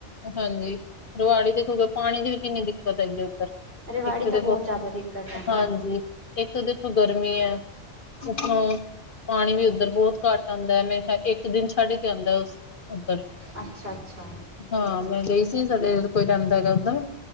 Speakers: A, on the left; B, on the right.
A: ਹਾਂਜੀ। ਰਵਾੜੀ ਦੇਖੋਗੇ, ਪਾਣੀ ਦੀ ਵੀ ਕਿੰਨੀ ਦਿੱਕਤ ਐਗੀ ਐ ਉੱਧਰ।
B: ਰੇਵਾੜੀ
A: ਇੱਕ
B: ਤਾਂ
A: ਦੇਖੋ
B: ਬਹੁਤ ਜ਼ਿਆਦਾ ਦਿੱਕਤ ਐ,
A: ਹਾਂਜੀ
B: ਹਾਂ।
A: ਇੱਕ ਤਾਂ ਦੇਖੋ ਗਰਮੀ ਐ, ਉੱਪਰੋਂ ਪਾਣੀ ਵੀ ਓਧ ਉੱਧਰ ਬਹੁਤ ਘੱਟ ਆਦਾਂ ਐ, ਮੈਂ ਕਿਆ ਇੱਕ ਦਿਨ ਛੱਡ ਕੇ ਆਦਾਂ ਉਸ ਉੱਧਰ
B: ਅੱਛਾ ਅੱਛਾ
A: ਹਾਂ, ਮੈਂ ਗਈ ਸੀ ਸਾਡੇ ਕੋਈ ਰੈੰਦਾ ਗੈ ਓਧਰ,